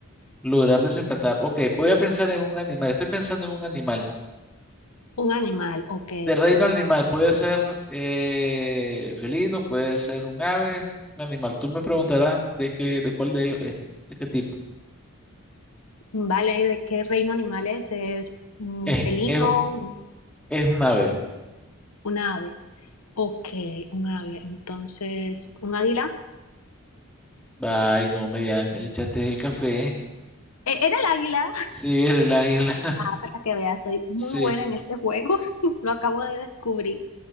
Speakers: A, in the centre; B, on the left.
A: lograr desempatar. Ok, voy a pensar en un animal, estoy pensando en un animal.
B: Un animal, ok.
A: De reino animal, puede ser eh, felino, puede ser un ave, un animal. Tú me preguntarás de qué, de cuál de ellos es, de qué tipo.
B: Vale, ¿y ¿de qué reino animal es? ¿Es un
A: Es,
B: felino,
A: es, es un ave.
B: un ave? Ok, un ave. Entonces, ¿un águila?
A: Ay, no, me, ya me le echaste el café.
B: E- ¿Era el águila?
A: Sí, eres el águila. <laughs>
B: Ah, para que veas, soy muy
A: Sí,
B: buena en este juego. <laughs> Lo acabo de descubrir.